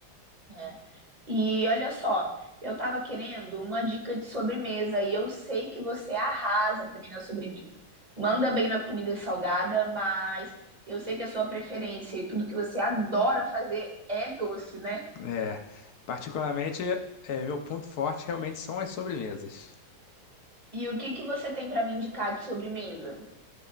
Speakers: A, on the right; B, on the left.
A: É, E olha só, eu tava querendo uma dica de sobremesa e eu sei que você arrasa também na sobremesa. Manda bem na comida salgada, mas eu sei que a sua preferência e tudo que você adora fazer é doce, né?
B: É, particularmente, é, meu ponto forte realmente são as sobremesas.
A: E o que que você tem pra me indicar de sobremesa?